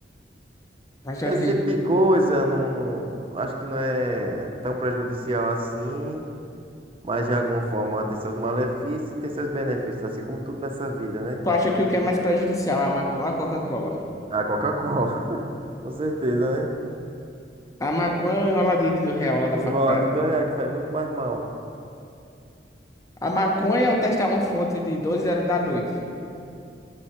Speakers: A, on the left (about 20°); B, on the right (about 30°).
A: Mas tu
B: Esse
A: acha que...
B: tipo de coisa não... Acho que não é tão prejudicial assim. Mas de alguma forma ela tem seus malefícios e tem seus benefícios, assim como tudo nessa vida, né?
A: Tu acha que o que é mais prejudicial? é A maconha ou a Coca-Cola?
B: A Coca-Cola, <laughs> com certeza, né?
A: A maconha é o enroladinho do real lá da
B: Enrolado
A: faculdade.
B: em dois reais, que faz muito mais mal.
A: A maconha é eu testar uma fonte de 12 horas da noite.